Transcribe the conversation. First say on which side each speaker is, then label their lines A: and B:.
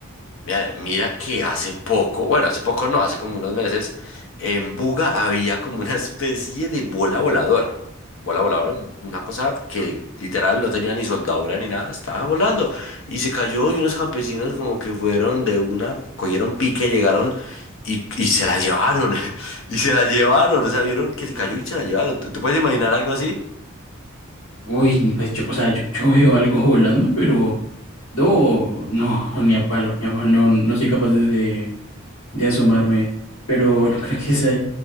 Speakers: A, on the left; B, on the left.
A: Mira, mira que hace poco, bueno, hace poco no, hace como unos meses, en Buga había como una especie de bola voladora. Bola voladora, un- una cosa que literal no tenía ni soldadura ni nada, estaba volando. Y se cayó y unos campesinos como que fueron de una, cogieron pique, llegaron y, y se la llevaron. <laughs> Y se la llevaron, o sea, vieron que se cayó y se la llevaron. ¿Tú, tú puedes imaginar algo así?
B: Uy, pues yo, o sea, yo, yo veo algo volando, pero no, no, ni a palo, ni a palo, no, no soy capaz de, de de asomarme. Pero bueno, <laughs> creo que esa,